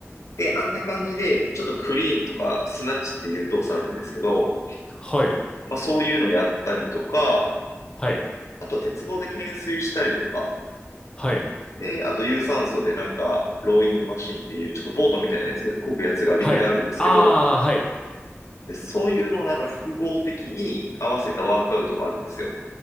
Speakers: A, on the left (about 80°); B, on the left (about 20°).
A: で、あんな感じで、ちょっとクリーンとかスナッチっていう動作あるんですけど、
B: はい、
A: まあ、そういうのやったりとか、
B: はい、
A: あと鉄棒で懸垂したりとか、
B: はい、
A: で、あと有酸素でなんか、ローイングマシンっていう、ちょっとボートみたいなやつ、漕ぐやつが陸であるんですけど、
B: はい。ああ、はい、
A: で、そういうのをなんか複合的に合わせたワークアウトがあるんですよ。